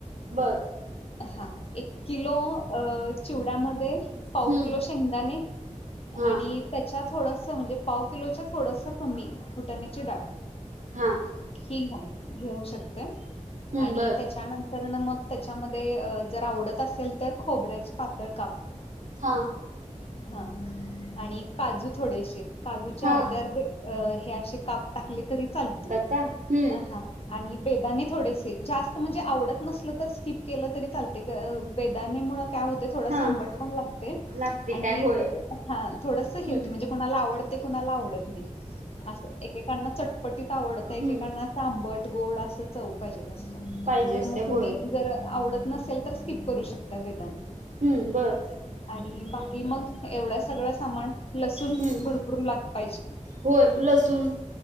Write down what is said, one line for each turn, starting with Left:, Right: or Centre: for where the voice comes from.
Right: बरं.
Left: हा एक किलो अ चिवड्यामध्ये पाव
Right: हम्म
Left: किलो शेंगदाणे
Right: हा
Left: आणि त्याच्या थोडस म्हणजे पाव किलोच्या थोडस कमी फुटाण्याची डाळ
Right: हां
Left: ही घ्या घेऊ शकते
Right: हम्म
Left: आणि
Right: बर
Left: त्याच्यानंतरन मग त्याच्यामध्ये जर आवडत असेल तर खोबऱ्याचे पातळ काप
Right: हा
Left: हा आणि काजू थोडेसे काजूचे
Right: हा
Left: अर्धे अर्धे अ हे असे काप टाकले तरी चालत
Right: हम् <unintelligible>
Left: हा आणि बेदाने थोडेसे जास्त म्हणजे आवडत नसल तर स्किप केलं तरी चालते. बेदाने मुळ काय होते थोडंस
Right: हा
Left: आंबट पण लागते.
Right: लागते
Left: आणि
Right: काय
Left: एक
Right: होय.
Left: हा थोडस हे
Right: हम्म
Left: होते म्हणजे कुणाला आवडते कुणाला आवडत नाही. अंस एकेकांना चटपटीत आवडतय. एकेकांना
Right: हम्म
Left: असं आंबट गोड असं चव पाहिजेल असत्या
Right: पाहिजे
Left: तर
Right: असते
Left: मग तुम्ही-
Right: होय
Left: जर आवडत नसेल तर स्किप करू शकता बेदाने.
Right: हम्म बरं.
Left: आणि बाकी मग. एवढा सगळं सामान लसून
Right: हम्म
Left: भरपूर लाग पाहिजे.
Right: होय लसूण